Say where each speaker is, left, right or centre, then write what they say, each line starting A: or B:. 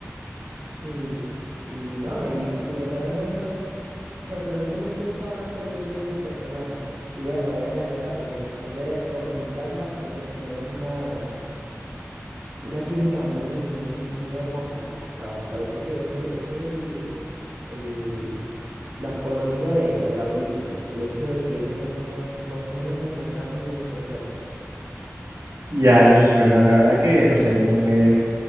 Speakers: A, on the right; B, on the right.
A: Sí, y no, y que Ryan Reynolds sorprendentemente sabe hacer muy bien su personaje. Y bueno, obviamente la combinación de él con Hugh Jackman tiene, tienen una, una química muy, muy, muy hermosa. O sea, me parece que ese, ese es el, el- la coronilla de, de la película, el hecho de que ellos dos tengan, congenien de manera muy especial.
B: Ya, eso sí es verdad, la verdad que no sé, como que